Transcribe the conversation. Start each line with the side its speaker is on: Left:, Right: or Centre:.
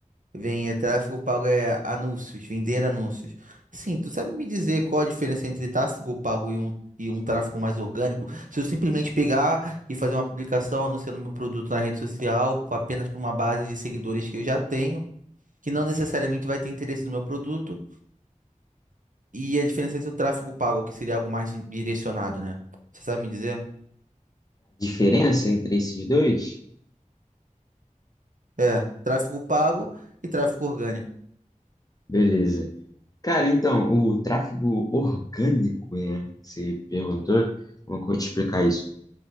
Right: Vem, é, tráfego pago é anúncios, vender anúncios. Sim, tu sabe me dizer qual a diferença entre tráfego pago e um, e um tráfego mais orgânico? Se eu simplesmente pegar e fazer uma publicação anunciando meu produto na rede social, apenas para uma base de seguidores que eu já tenho, que não necessariamente vai ter interesse no meu produto, e a diferença entre o tráfego pago, que seria algo mais di- direcionado, né? Você sabe me dizer?
Left: A diferença entre esses dois?
Right: É, tráfego pago e tráfego orgânico.
Left: Beleza. Cara, então, o tráfego orgânico, né? Você perguntou, como que eu vou te explicar isso?